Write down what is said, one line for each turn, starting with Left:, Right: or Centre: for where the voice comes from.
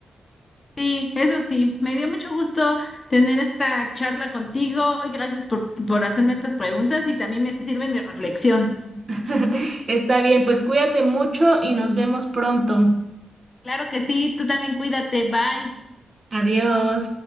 Left: Sí, eso sí, me dio mucho gusto tener esta charla contigo y gracias por, por hacerme estas preguntas y también me sirven de reflexión.
Right: <laughs> Está bien, pues cuídate mucho y nos vemos pronto.
Left: Claro que sí, tú también cuídate, bye.
Right: Adiós.